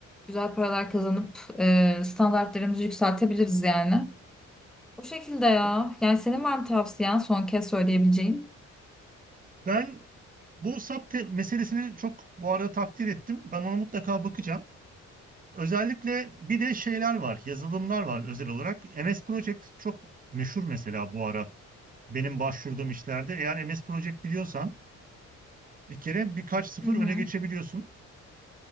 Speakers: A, in the centre; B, on the right.
A: güzel paralar kazanıp e, standartlarımızı yükseltebiliriz yani. O şekilde ya. Yani senin var mı tavsiyen son kez söyleyebileceğin?
B: Ben bu SAP te- meselesini çok bu arada takdir ettim. Ben ona mutlaka bakacağım. Özellikle bir de şeyler var, yazılımlar var özel olarak. MS Project çok meşhur mesela bu ara. Benim başvurduğum işlerde eğer MS Project biliyorsan bir kere birkaç sıfır
A: Hı hı.
B: öne geçebiliyorsun.